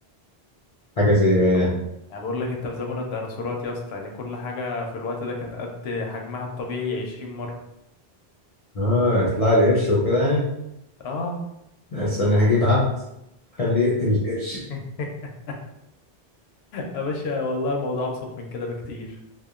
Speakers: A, on the left (about 45°); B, on the left (about 75°).
A: حاجة زي يعني
B: أب- انا بقول لك انت في زمن الديناصورات يا اسطى يعني كل حاجه في الوقت ده كانت قد حجمها الطبيعي 20 مره
A: آه يطلع لي قرش وكده يعني
B: اه
A: بس أنا هجيب عبد خليه يقتل القرش <laughs>
B: <laughs> يا باشا والله الموضوع ابسط من كده بكتير